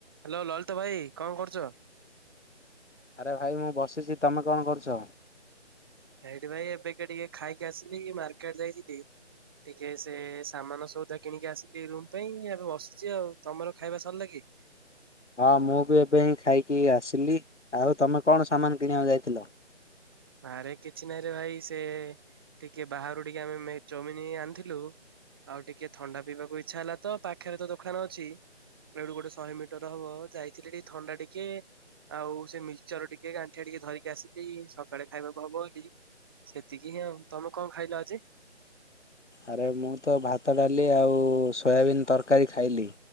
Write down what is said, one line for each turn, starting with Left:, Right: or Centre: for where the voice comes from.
Right: ହ୍ୟାଲୋ ଲଳିତ ଭାଇ କଣ କରୁଛ?
Left: ଆରେ ଭାଇ ମୁଁ ବସିଛି ତମେ କଣ କରୁଛ?
Right: ହେଇଟି ଭାଇ ଏବେ କି ଟିକେ ଖାଇକି ଆସିଲି ମାର୍କେଟ ଯାଇଥିଲି। ଟିକେ ସେ ସାମାନ ସଉଦା କିଣିକି ଆସିକି ରୁମ୍ ପାଇଁ ଏବେ ବସିଛି ଆଉ। ତମର ଖାଇବା ସରିଲା କି? ହ <unintelligible>
Left: ହଁ ମୁଁ ବି ଏବେ ହିଁ ଖାଇକି ଆସିଲି। ଆଉ ତମେ କଣ ସାମାନ କିଣିବାକୁ ଯାଇଥିଲ?
Right: ଆରେ କିଛି ନାହିଁରେ ଭାଇ ସେ ଟିକେ ବାହାରୁ ଟିକେ ଆମେ ମେ ଚଉମିନି ଆଣିଥିଲୁ। ଆଉ ଟିକେ ଥଣ୍ଡା ପିଇବାକୁ ଇଛା ହେଲା ତ ପାଖେରେ ତ ଦୋକାନ ଅଛି। ଏଇଠୁ ଗୋଟେ ଶହେମିଟର ହବ ଯାଇଥିଲେ ଟିକେ ଥଣ୍ଡା ଟିକେ ଆଉ ସେ ମିକ୍ସଚର ଟିକେ ଗାଣ୍ଠିଆ ଟିକେ ଧରିକି ଆସିଲି। ସ କାଳେ ଖାଇବାକୁ ହବ ବୋଲି ସେତିକି ହିଁ, ଆଉ ତମେ କଣ ଖାଇଲ ଆଜି?
Left: ଆରେ ମୁଁତ ଭାତ ଡାଲି ଆଉ ସୋୟାବିିନ ତରକାରୀ ଖାଇଲି।